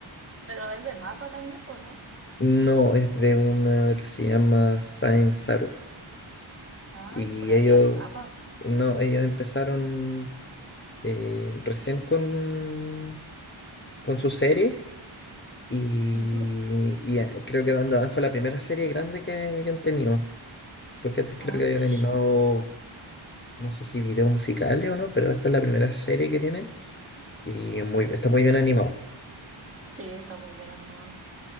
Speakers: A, on the right; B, on the left.
A: Pero es de mapa también, pues, ¿no?
B: No, es de una que se llama Saint Saru.
A: Ah,
B: Y
A: yo juraba
B: ellos,
A: que era de mapa.
B: eh, no, ellos empezaron eh, recién con, con su serie. Y,
A: Ujú.
B: y, eh, creo que Dan Dan fue la primera serie grande que, que han tenido. Porque antes creo
A: Ah,
B: que habían
A: mish.
B: animado, no sé si videos musicales o no, pero esta es la primera serie que tienen. Y es muy, está muy bien animado.
A: Sí, está muy bien animado.